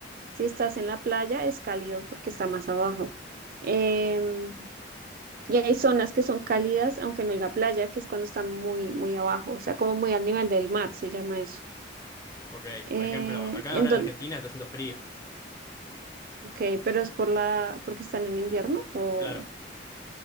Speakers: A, on the right (about 50°); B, on the left (about 20°).
A: Si estás en la playa es cálido porque está más abajo. Em, Y hay zonas que son cálidas, aunque no haya playa, que es cuando está muy, muy abajo, o sea, como muy al nivel del mar, se llama eso.
B: ok.
A: Eh,
B: Por ejemplo, acá
A: en
B: ahora en
A: don-
B: Argentina está haciendo frío,
A: ok, pero es por la, porque están en invierno o
B: claro,